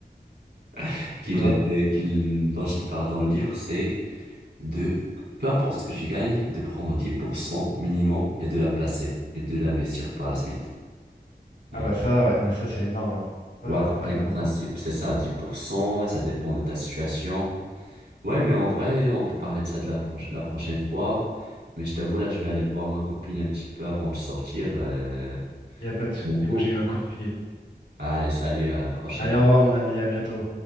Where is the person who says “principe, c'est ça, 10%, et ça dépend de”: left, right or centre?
Right